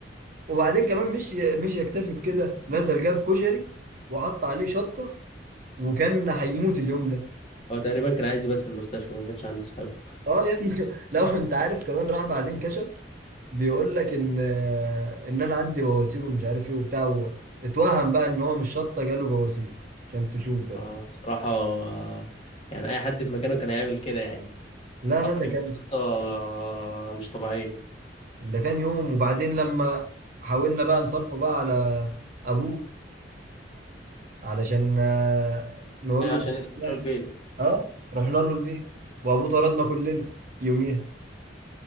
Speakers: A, on the right; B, on the left.
A: وبعدين كمان مش مش يكتفي بكده نزل جاب كشري وحط عليه شطة وكان هيموت اليوم ده
B: هو تقريبا كان عايز يبات في المستشفى ما باتش عنده صحاب
A: اه يا ابني <laughs> لو انت عارف كمان راح بعدين كشف بيقول لك ان ان انا عندي بواسير ومش عارف ايه وبتاع و- اتوهم بقى ان هو مش شطة جاله بواسير عشان تشوف بس
B: آه، بصراحة آه، يعني أي حد في مكانه كان هيعمل كده يعني
A: لا
B: حط
A: لا ده
B: كمية
A: كان
B: شطة آه، مش طبيعية
A: ده كان يوم وبعدين لما حاولنا بقى نصالحه بقى على ابوه علشان آه، نقول
B: أيوة
A: له
B: عشان
A: خلاص
B: يدخلوا
A: يعني
B: البيت
A: اه رحنا له البيت وابوه طردنا كلنا يوميها